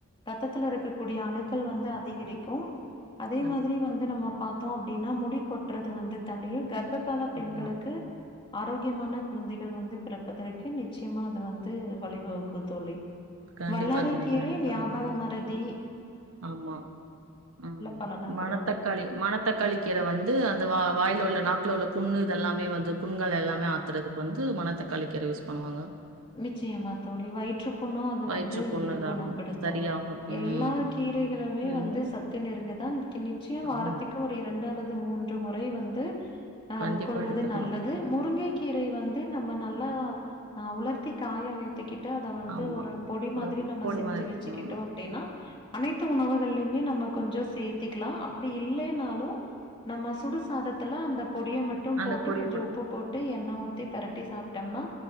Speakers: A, on the left; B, on the right.
A: ரத்தத்துல இருக்கக்கூடிய அணுக்கள் வந்து அதிகரிக்கு அதே
B: கண்டிப்பா
A: மாதிரி வந்து நம்ம பா த்தோ அப்டின்னா முடி கொட்டறது வந்து தனியு கர்ப்ப கால பெண்களுக்கு
B: ஆமா
A: ஆரோக்கியமான குழந்தைகள் வந்து பிறப்பதற்கு நிச்சியமா அது வந்து வழிவகுக்கு தோழி
B: கண்டிப்பா
A: வல்லாறைக்
B: தோழி
A: கீரை
B: கண்டிப்பா
A: ஞாபகமறதி
B: கண்டிப்பா ஆமா உம்
A: பலன
B: மணத்தக்காளி
A: குடுக்கும்.
B: மணத்தக்காளி கீர வந்து அந்த வா வாயில உள்ள நாக்குல உள்ள புண்ணு இததெல்லாமே வந்து புண்கள் எல்லாமே ஆத்துறதுக்கு வந்து மணத்தக்காளி கீரை யூஸ் பண்ணுவாங்க
A: நிச்சயமா தோழி வயிற்று புண்ணு அது
B: வயிற்று
A: வந்து
B: புண் இதாகும்.
A: குணப்படுத்து
B: சரியாகும். ம்.
A: எல்லா கீர களுமே
B: இல்லையுமே
A: வந்து சத்து நெறஞ்சதுதா நிச்சயம் வாரத்துக்கு
B: ஆமா.
A: ஒரு இரண்டு இரண்டு அல்லது மூன்று முறை வந்து ஆஹ்
B: கண்டிப்பா
A: உட்கொள்வது
B: எடுத்துக்கணும்.
A: நல்லது முருங்கை கீரை வந்து நம்ம நல்லா நா உலர்த் த்தி காய வைத்துக்கி ட்டு அத வந்து
B: ஆமா.
A: ஒரு பொடி
B: ஒரு
A: மாதிரி நம்ம
B: பொடி
A: செஞ்சு
B: மாரி இருக்கும்.
A: வச்சுக்கிட்டோ
B: ம்.
A: அப்டின்னா அனைத்து உணவுகள்லைமே நம்ம கொஞ்சொ சேர்த்திக்லா அப்டி இல்லைனாலு நம்ம சுடுசாதத்துல அந்த பொடிய மட்டு
B: அந்த
A: போட்டு
B: பொடிய
A: கொஞ்சொ உப்பு போட்டு எண்ணெ ஊத் தி பெரட்டி சாப்டம்னா